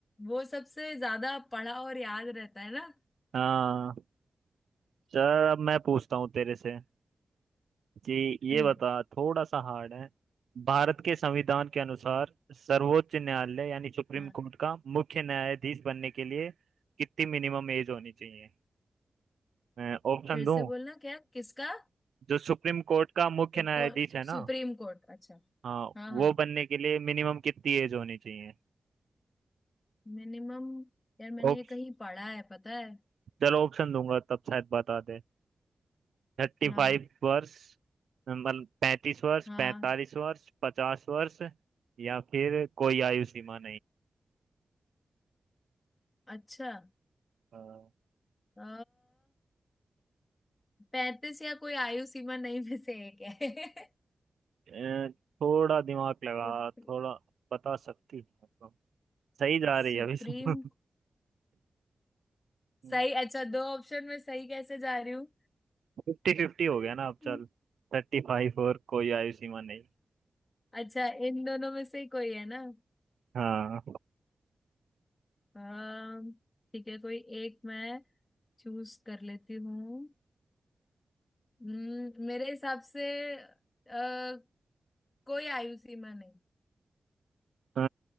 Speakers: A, on the left; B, on the right.
A: वो सबसे ज्यादा पढ़ा और याद रहता है ना
B: हाँ चल अब मैं पूछता हूँ तेरे से जी ये
A: हम्म
B: बता थोड़ा सा हार्ड है भारत के संविधान के अनुसार सर्वोच्च न्यायालय यानी सुप्रीम
A: हाँ
B: कोर्ट का मुख्य न्यायाधीश बनने के लिए कितनी मिनिमम एज होनी चाहिए मैं ऑप्शन
A: फिर
B: दूं
A: से बोलना क्या किसका
B: जो सुप्रीम कोर्ट का मुख्य न्यायाधीश
A: कौन
B: है ना
A: सुप्रीम कोर्ट अच्छा
B: हाँ
A: हाँ
B: वो
A: हाँ
B: बनने के लिए मिनिमम कितनी एज होनी चाहिए
A: मिनिमम यार मैंने
B: ऑप-
A: ये कहीं पढ़ा है पता है
B: चलो ऑप्शन दूंगा तब शायद बता दे थर्टी
A: हाँ
B: फाइव वर्ष मतलब पैंतीस वर्ष
A: हाँ
B: पैंतालीस वर्ष पचास वर्ष या फिर कोई आयु सीमा
A: अच्छा
B: नहीं
A: अ, पैंतीस या कोई आयु सीमा नहीं में से एक है <laughs>
B: अ, थोड़ा दिमाग लगा
A: सुप्रीम
B: थोड़ा बता सकती है तो। सही जा
A: सुप्रीम
B: रही है अभी तो <laughs>
A: सही अच्छा दो ऑप्शन में सही कैसे जा रही हूँ
B: फिफ्टी फिफ्टी हो
A: हम्म।
B: गया ना अब चल थर्टी फाइव और कोई आयु सीमा नहीं
A: अच्छा इन दोनों में से ही कोई है ना
B: हाँ
A: अम, ठीक है कोई एक मैं चूज कर लेती हूँ हम्म, मेरे हिसाब से आ, कोई आयु सीमा नहीं
B: अ,